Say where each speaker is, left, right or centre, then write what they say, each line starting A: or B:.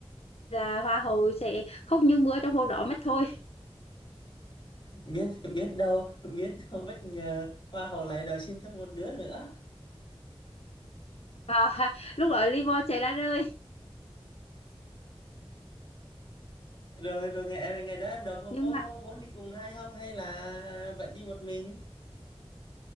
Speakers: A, on the left; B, on the left.
A: là hoa hậu sẽ khóc như mưa trong hôm đó mất thôi
B: biết biết đâu biết đâu bất ngờ hoa hậu lại đòi xin thêm một đứa nữa
A: và <laughs> lúc đó Livon sẽ ra rơi
B: rồi rồi ngày ngày đó em đọc
A: nhưng
B: có
A: mà
B: muốn đi cùng ai không hay là vẫn đi một mình